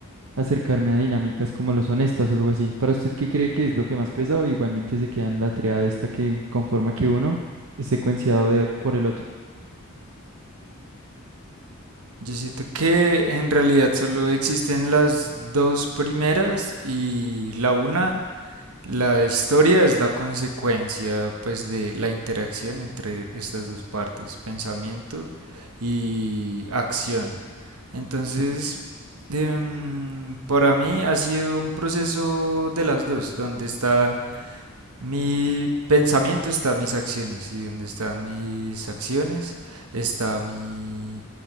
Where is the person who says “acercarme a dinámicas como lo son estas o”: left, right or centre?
Right